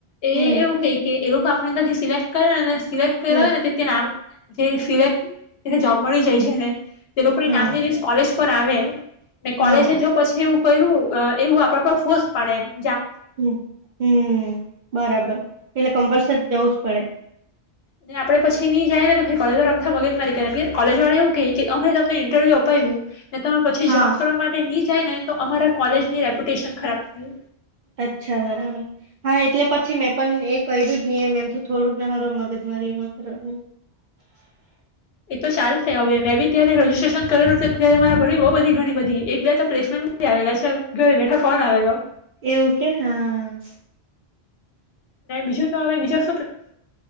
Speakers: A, on the left; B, on the right.
A: એ
B: હમ
A: એવું કઈ કે એનો. આપણે તથી સિલેક્ટ કરે અને સિલેક્ટ કરે
B: હમ
A: અને તીત્યે નામ. જે સિલેક્ટ તેને જોબ મળી જાય છે ને, તે લોકોની
B: હા
A: નામની કોલેજ પર આવે કોલેજ
B: હા
A: જો પછી એવું બું <unintelligible> એવું આપણા પર પારેલ
B: હ હમ બરાબર એટલે
A: હા
B: કમ્પલસરી જવું જ પડે
A: ને આપડે પછી ની જાય ને કોલેજ વારા અમથા મગજમારી કરે ની કોલેજવાળા એવું કય કે અમે તમને ઇન્ટરવ્યૂ અપાવું ને તમે પછી
B: હા
A: જોબ કરવા માટે ની જાય ને તો અમારા કોલેજની રેપ્યુટેશન ખરાબ કયુ
B: અચ્છા બરાબર હા એટલે પછી મેં પણ એ કર્યું જ નહી એમ એમ થોડુંક ના હારૂ મગજ મારી એમાં કરવાની
A: એ તો ચાલ તે હવે મેં બી ત્યારે રજજીસ્ટ્રેશન કરેલું ત્યારે મારા ભર બહ બધી ઘણી બધી એક બે પ્લેસમેન્ટ આવેલા છે ઘરે બેઠા ફોન આવેલો
B: એવું કે હા.
A: ને બીજું તો હવે બીજા